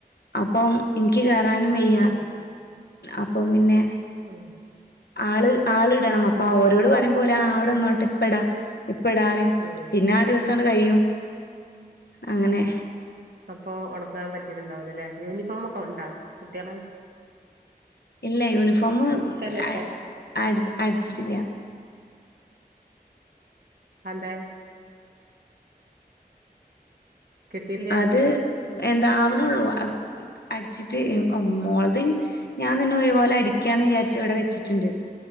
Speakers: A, on the left; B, on the right.
A: അപ്പം എനിക്ക് കേറാനും വയ്യ
B: ഉം
A: അപ്പം പിന്നെ
B: ഉം
A: ആള് ആള് ഇടണം അപ്പൊ ഓരോട് പറയും പോലെ ആവിടെന്നോട്ട് ഇപ്പടാ ഇപ്പടാറ
B: ഉം
A: പിന്നാ ദിവസട് കഴിയും അങ്ങനെ
B: അപ്പൊ ഉണക്കാൻ പറ്റിട്ടുണ്ടാവില അല്ലേ യൂണിഫോമ ഒക്കെ ഒണ്ടാ കുട്ടികളെ
A: ഇല്ല യൂണിഫോമ്
B: അയിനൊക്കെല്ലേ ഇപ്പൊ
A: അ അടിച്ച് അടിച്ചിട്ടില്ല
B: അദേ കിട്ടിയില്ലേ അടിച്ചിട്ട്
A: അത് എന്താ ആവണുള്ളൂ അടിച്ചിട്ട് മോളത് ഞാൻതാന്നെ ഒരു പോലെ അടിക്കാന്ന് വിചാരിച്ചു ഇവിടെ വെച്ചിട്ടുണ്ട്